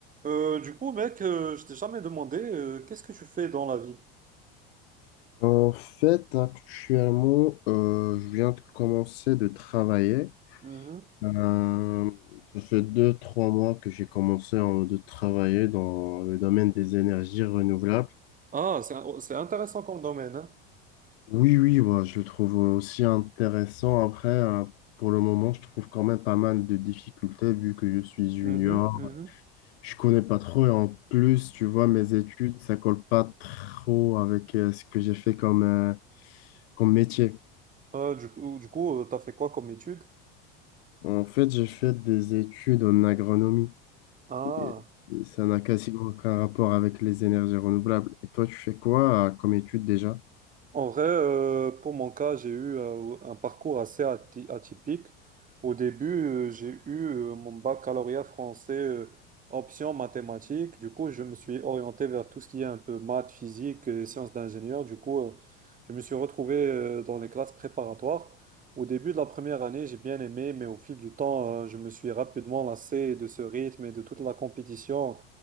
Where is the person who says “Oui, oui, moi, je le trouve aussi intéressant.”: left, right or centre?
Left